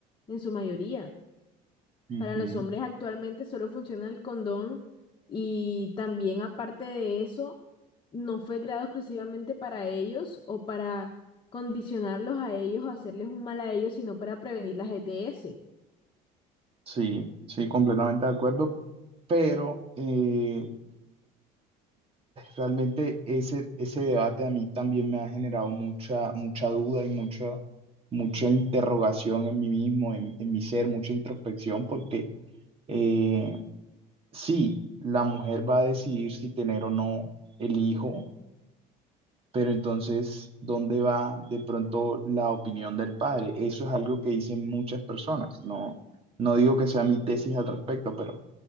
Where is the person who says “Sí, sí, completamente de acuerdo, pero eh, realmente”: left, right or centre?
Right